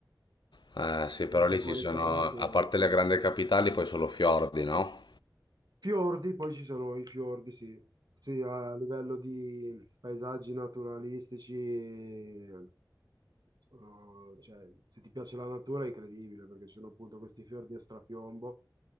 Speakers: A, on the left; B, on the right.
A: Eh sì, però
B: sia per
A: lì
B: qualità
A: ci sono,
B: che...
A: a parte le grandi capitali, poi solo fiordi, no?
B: Fiordi, poi ci sono i fiordi, sì. Sì, a livello di paesaggi naturalistici Sono- cioè, se ti piace la natura è incredibile perché ci sono appunto questi fiordi a strapiombo